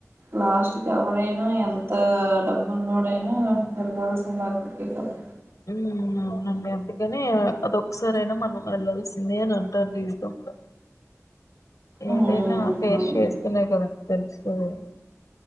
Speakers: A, on the right; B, on the left.
A: లాస్ట్ కెవరైనా ఎంత డబ్బున్నోడైనా వెళ్ళాల్సి ఇంద్ అక్కడికే కదా.
B: ఉమ్ అవునబ్బే అందుకనే అదొక్కసారైనా మనం వెళ్లాల్సిందే అని అంటారు జీవితంలో. ఏదైనా
A: ఉమ్
B: ఫేస్
A: అవును
B: చేస్తునే కదా. తెలుస్తది.